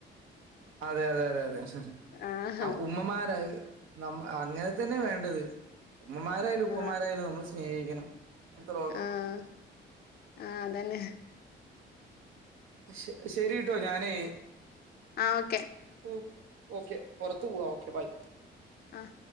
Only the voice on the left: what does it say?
ആഹ്
ആഹ്
ആഹ് ആഹ് അതന്നെ
ആഹ് ഓക്കെ
ആഹ്